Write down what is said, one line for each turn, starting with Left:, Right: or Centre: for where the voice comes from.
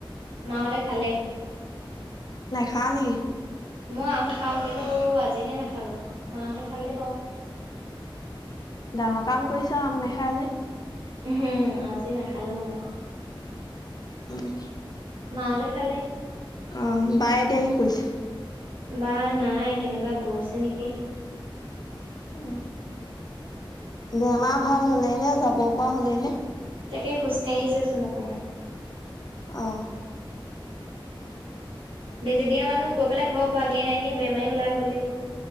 Right: মাহঁতে খালে।
Left: খালহি।
Right: মই আম খাওঁ কিন্তু আজিহে নাখালো মাঁহতে খালে বাৰু।
Left: ডাঙৰ কাম কৰিছা আম নেখাই যে।
Right: হুম, আজি নাখালোঁ মই।
Left: উম
Right: মাহঁতে খালে।
Left: অঁ! বায়ে এতিয়া কি কৰিছে?
Right: বা নাই কেনিবা গৈছে নেকি?
Left: উম বেমাৰ ভাল হ'লেই নে? যাব পৰা হ'লেই নে?
Right: তাকে! খোজ কাাঢ়িছে চোন অকমান।
Left: অঁ।
Right: বেজি দিয়া মানুহ গৈ পেলাই ঘৰ পোৱাগে নাই ন, বেমাৰী ওলাই গ'লেই।